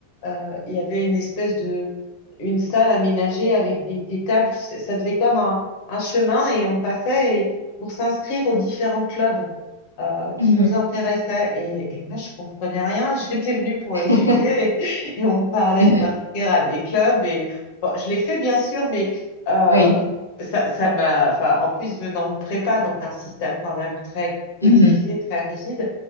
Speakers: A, on the left; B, on the left.
A: euh, il y avait une espèce de une salle aménagée avec des, des tables. qui- Ça faisait comme un, un chemin et on passait et, pour s'inscrire aux différents clubs euh, qui
B: Mhm.
A: nous intéressait. Et, et moi, je comprenais rien. <laughs> J'étais venue pour
B: <laughs>
A: étudier et, et on me parlait
B: Mhm.
A: de m'inscrire à des clubs. Et bon, je l'ai fait, bien sûr, mais euh,
B: Oui.
A: ça, ça m'a, enfin, en plus, venant de prépa, donc un système quand même très codifié,
B: Mhm.
A: très rigide,